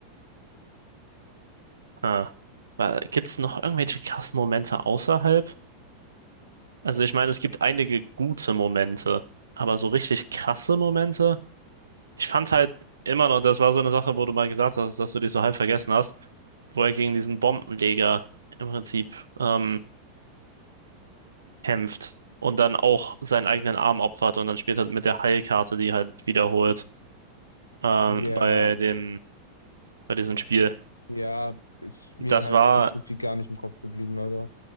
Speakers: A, on the right; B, on the left.
A: Ah. Gibt es noch irgendwelche krassen Momente außerhalb? Also ich meine, es gibt einige gute Momente, aber so richtig krasse Momente? Ich fand halt immer noch, das war so eine Sache, wo du mal gesagt hast, dass du dich so halb vergessen hast, wo er gegen diesen Bombenleger im Prinzip ähm, kämpft und dann auch seinen eigenen Arm opfert und dann spielt er mit der Heilkarte, die halt wiederholt ähm,
B: Ja,
A: bei dem, bei diesem Spiel.
B: ja, ist
A: Das
B: mir halt
A: war,
B: so gut wie gar nicht im Kopf geblieben, leider.